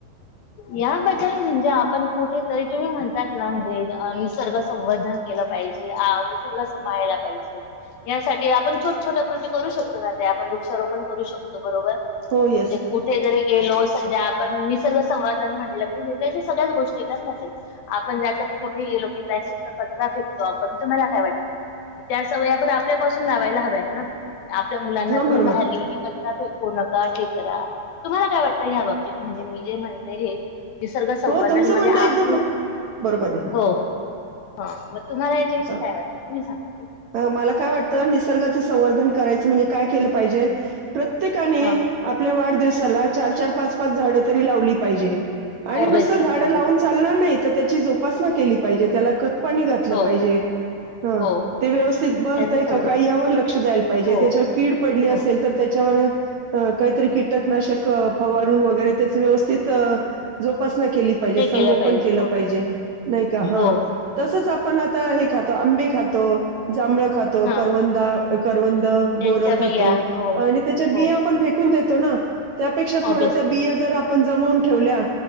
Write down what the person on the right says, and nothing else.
हो येस.
हा
बरोबर
हो तुमचं
म्हणणं
एकदम ब- बरोबर आहे
हा
मला काय वाटतं निसर्गाचं संवर्धन करायचं म्हणजे काय केलं पाहिजे प्रत्येकाने
आपल्या वाढदिवसाला चार-चार, पाच-पाच झाडं तरी लावली पाहिजे आणि
नुसतं झाडं
लावून चालणार नाही तर त्याची जोपासना केली पाहिजे त्याला खतपाणी घातलं
पाहिजे. हा
ते व्यवस्थित बरतय
आहे
का काही यावर लक्ष द्यायला पाहिजे
त्याच्यावर कीड पडली असेल
तर त्याच्यावर काहीतरी कीटकनाशक फवारून वगैरे त्याच व्यवस्थित जोपासना केली पाहिजे
संगोपन
केलं
पाहिजे नाही का हा
तसच आ पण आता हे खातो आंबे खातो जांभळ खातो
करवंदा करवंद
बोर
खातो
आणि त्याच्या बिया
पण फे कुन देतो ना थोडे त्यापेक्षा
बिया जर आपण जमवून ठेवल्या